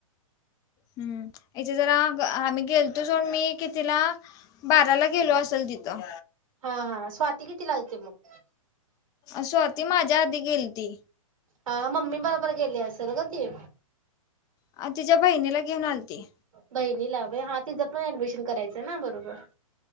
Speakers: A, on the left (about 20°); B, on the right (about 65°).
A: हम्म इथे जरा आम्ही गेल तो सोून मी कि तिला बाराला गेलो असेल तिथं
B: हा हा स्वाती किती लालते मग
A: स्वती माझ्या आधी गेली ती
B: हा मम्मी बरोबर गेली असेल ग ती
A: अ तिच्या बहिणीला घेऊन आणती
B: बहिणी ला हव हा तिचं पण ऍडमिशन करायचं ना बरोबर